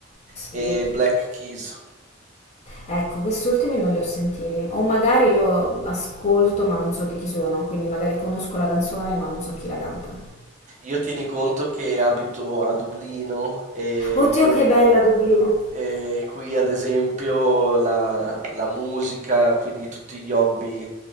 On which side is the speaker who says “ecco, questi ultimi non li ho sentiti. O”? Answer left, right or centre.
Left